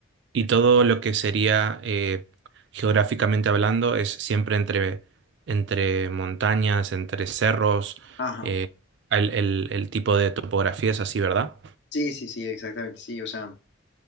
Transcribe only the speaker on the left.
ajá,
sí, sí, sí, exactamente, sí, o sea...